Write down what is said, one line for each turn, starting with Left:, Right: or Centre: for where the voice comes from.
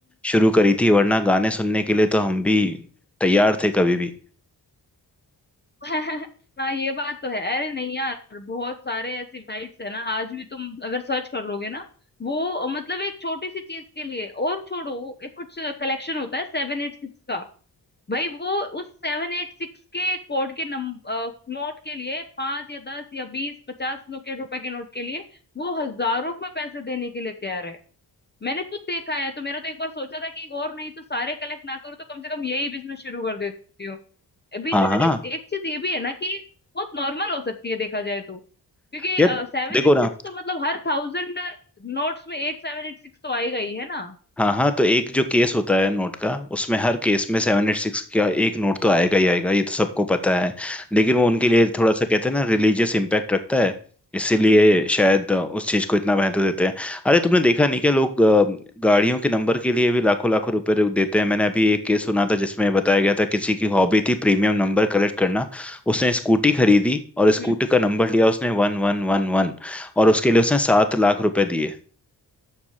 Centre: शुरू करी थी वरना गाने सुनने के लिए तो हम भी तैयार थे कभी भी
Left: <laughs> हाँ ये बात तो है अरे नहीं यार बहुत सारे ऐसी साइट्स है ना आज भी तुम अगर सर्च कर लोगे ना वो मतलब एक छोटी सी चीज के लिए और छोड़ो वो एक कुछ कलेक्शन होता है सेवन एट सिक्स का भाई वो उस सेवन एट सिक्स के कोड के नम नोट के लिए पांच या दस या बीस पचास नो के रुपए के नोट के लिए वो हजारों में पैसे देने के लिए तैयार है मैंने खुद देखा है तो मेरा तो एक बार सोचा था कि और नहीं तो सारे कलेक्ट ना करूँ तो कम से कम यही बिजनेस शुरू कर देती हूँ बीच
Centre: हाँ
Left: में
Centre: हाँ
Left: मैंने
Centre: हाँ।
Left: एक, एक चीज ये भी है ना कि बहुत नॉर्मल हो सकती है देखा जाए तो क्योंकि
Centre: यार
Left: सेवन
Centre: देखो
Left: एट सिक्स
Centre: ना
Left: तो मतलब हर थाउजेंड नोट्स में एक सेवन एट सिक्स तो आएगा ही है ना
Centre: हाँ हाँ तो एक जो केस होता है नोट का उसमें हर केस में सेवन एट सिक्स का एक नोट तो आएगा ही आएगा ये तो सबको पता है लेकिन वो उनके लिए थोड़ा सा कहते
Left: हम्म
Centre: हैं ना रिलीजियस इम्पैक्ट रखता है इसीलिए शायद उस चीज को इतना महत्व देते हैं अरे तुमने देखा नहीं क्या लोग अ, गाड़ियों के नंबर के लिए भी लाखों लाखों रुपए देते हैं मैंने अभी एक केस सुना था जिसमें बताया गया था किसी की हॉबी थी प्रीमियम नंबर कलेक्ट करना उसने स्कूटी खरीदी और
Left: हम्म,
Centre: स्कूटी का नंबर लिया उसने वन वन वन वन और उसके लिए उसने सात लाख रुपए दिए